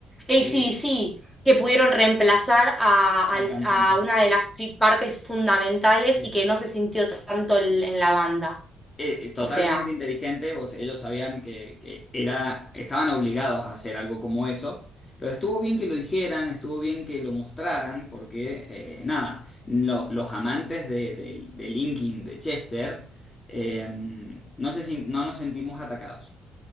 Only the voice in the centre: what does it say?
AC/DC,
que pudieron reemplazar a,
al-
a una de las tri- partes fundamentales
y que no se sintió tanto el- en la banda.
O sea.